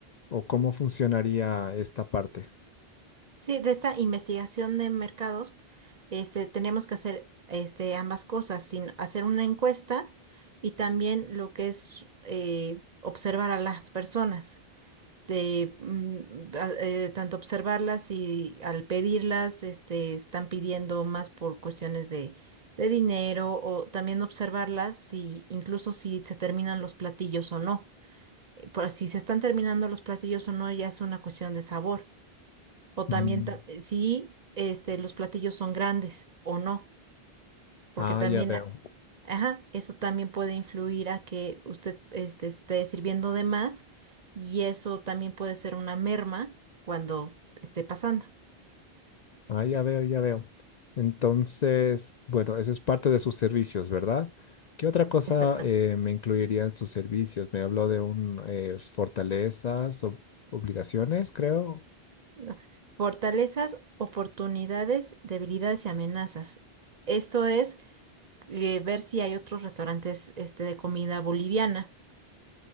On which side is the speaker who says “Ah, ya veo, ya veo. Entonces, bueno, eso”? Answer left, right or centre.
Left